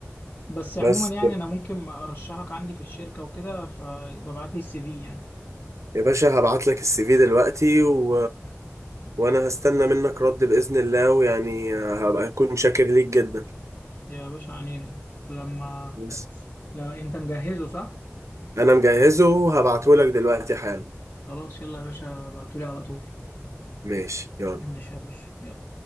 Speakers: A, on the left (about 40°); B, on the right (about 85°).
A: بس عموما
B: بس
A: يعني أنا ممكن أرشحك عندي في الشركة وكده فيبقى ابعت لي السي في يعني
B: يا باشا هبعت لك السي في دلوقتي و... وانا هستنى منك رد باذن الله ويعني آه، هبقى اكون شاكر ليك جدا
A: يا باشا عنينا لما
B: بس
A: لا انت مجهزه صح
B: انا مجهزه وهبعته لك دلوقتي حالا
A: خلاص يلا يا باشا ابعتولي على طول
B: ماشي يلا
A: ماشي يا باشا يلا